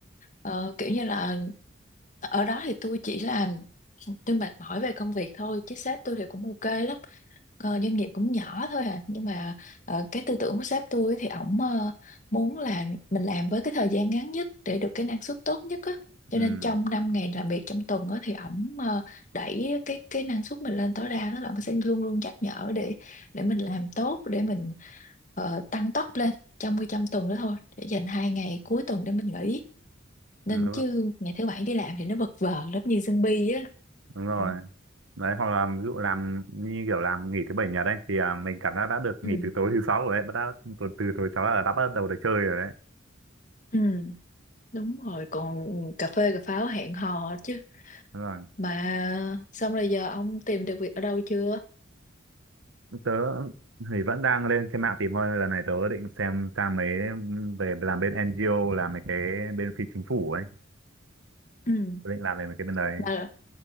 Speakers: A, on the left (about 40°); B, on the right (about 80°).
A: ờ, kiểu như là ở đó thì tôi chỉ làm tôi mệt mỏi về công việc thôi chứ sếp tôi thì cũng ok lắm Ờ, doanh nghiệp cũng nhỏ thôi à nhưng mà ờ, cái tư tưởng của sếp tôi ấy thì ổng ờ, muốn là mình làm với cái thời gian ngắn nhất để được cái năng suất tốt nhất á cho
B: ừ,
A: nên trong 5 ngày làm việc trong tuần á thì ổng ờ, đẩy cái cái năng suất mình lên tối đa đó là ổng sẽ luôn luôn nhắc nhở để để mình làm tốt để mình ờ, tăng tốc lên trong cái trong tuần đó thôi để dành hai ngày cuối tuần để mình nghỉ nên
B: đúng, rồi-
A: chứ ngày thứ bảy đi làm thì nó vật vờ lắm như zombie á
B: đúng rồi
A: Ừ.
B: đấy hoặc là ví dụ làm như kiểu làm nghỉ thứ bảy nhật đấy thì à, mình cảm giác đã được
A: Ừ.
B: nghỉ từ tối thứ sáu rồi đấy bắt đã từ từ tối sáu là đã bắt đầu được chơi rồi đấy
A: Ừ. Đúng rồi, còn cà phê cà pháo hẹn hò chứ.
B: đúng rồi
A: Mà xong rồi giờ ông tìm được việc ở đâu chưa?
B: tớ thì vẫn đang lên trên mạng tìm thôi lần này tớ định xem sang mấy về làm bên NGO làm mấy cái bên phi chính phủ ấy
A: Ừ. <clears throat>
B: tớ định làm về mấy cái bên đấy
A: Mà,